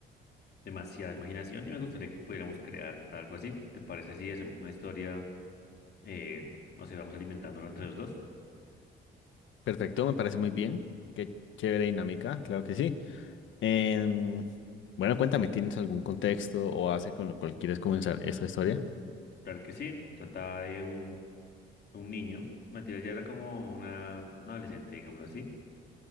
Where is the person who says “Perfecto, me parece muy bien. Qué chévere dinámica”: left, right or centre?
Left